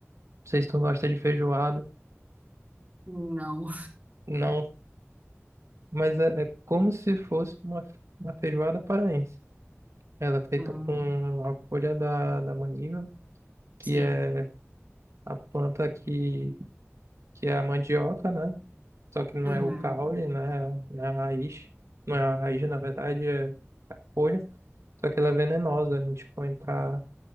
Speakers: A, on the right; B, on the right.
A: sei se tu gosta de feijoada,
B: Não.
A: não, mas é, é como se fosse uma, uma feijoada paraense. Ela é feita
B: Hum,
A: com a folha da, da maniva, que
B: sim.
A: é a planta que, que é a mandioca, né? Só que não
B: Uhum,
A: é o caule, né? Não é a raiz. Não é a raiz, na verdade, é folha, só que ela é venenosa. A gente põe pra.